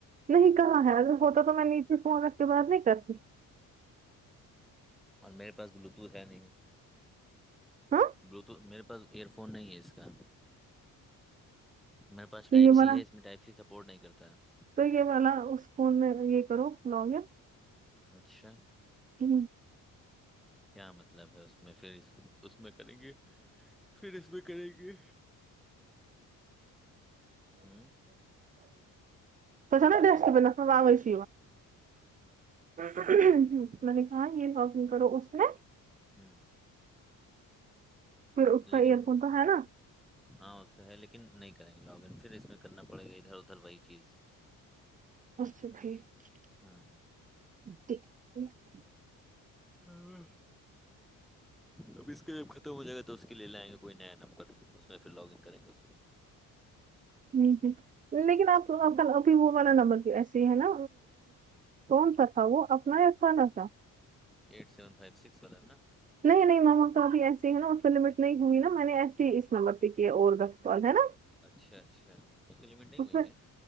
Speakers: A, on the right; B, in the centre.
A: نہیں کہاں ہے اگر ہوتا تو میں نیچے فون رکھ کے بات نہیں کرتی
B: اور میرے پاس بلوٹوتھ ہے نہیں ہے
A: ہاں
B: بلوٹوتھ میرے پاس ایئر فون نہیں ہے اس کا میرے پاس
A: تو
B: ٹائپ
A: یہ
B: سی
A: والا
B: ہے اس میں ٹائپ سی سپورٹ نہیں کرتا ہے
A: تو یہ واللاا اس فون میں یہ کرو لاگن
B: اچھا
A: ہی
B: کیا مطلب ہے اس میں پھر اس میں کریں گے پھر اس میں کریں گے ہوں
A: سوچ نا
B: ہیلو
A: ڈسٹبنس م آوازش میں نے کہا یہ لکنگ کرو اس میں
B: ہوں
A: پھر اس کا
B: لیکن
A: ایئر فون تو ہے نا
B: ہاں اس کا ہے لیکن نہیں کریں گے لاگن پھر اس میں کرنا پڑے گا ادھر ادھر وہی چیز
A: بکے
B: ہاں ہوں اب اس کا جب ختم ہو جائے گا تو اس کے لے لائیں گے کوئی نیا نمبر اس میں پھر لاگگ کریں گے
A: ہ ہ لیکن آپ آپ کا ابھی وہ والا نبر ایسے ہی ہے نا کون سا تھا وہ اپنا ہی اھا نہ تھا
B: ایٹ سیون فائیو سکس والا ہے نا
A: نہیں نہیں ماما کابھی ایسے ہی ہیں نا اس پ سے لمٹ نہیں ہوئی نا میں نے ایسے ہی اس نمبر پہ کی اور گ کال ہے نا
B: اچھا اچھا اس کی لمٹ نہیں
A: اس
B: ہوئی
A: پہ
B: ہے